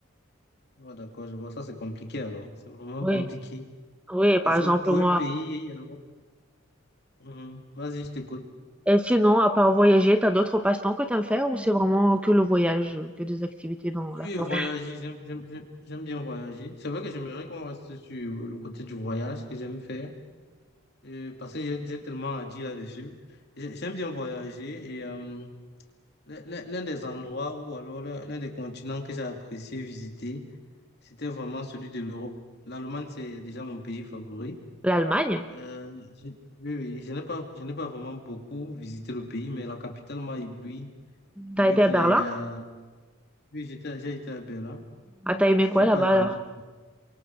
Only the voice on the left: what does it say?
Oh, d'accord, je vois. Ça, c'est compliqué alors. C'est vraiment
compliqué.
Parce
que pour
un pays, il y a... Mhm. Vas-y, je t'écoute.
Oui,
voyager, j'aime j'aime- j'aime- j'aime bien voyager. C'est vrai que j'aimerais qu'on reste sur le côté du voyage que j'aime faire. Euh, parce que j'ai j'ai tellement à dire là-dessus. J'ai- J'aime bien voyager et euh, l'un l'un- l'un des endroits ou alors l'un l'un des continents que j'ai apprécié visiter, c'était vraiment celui de l'Europe. L'Allemagne, c'est déjà mon pays favori.
Euh, je- oui, oui, je n'ai pas, je n'ai pas vraiment beaucoup visité le pays, mais la capitale m'a ébloui avec
les...
euh, oui, j'étais, j'ai été à Berlin.
J'ai
pas vraiment...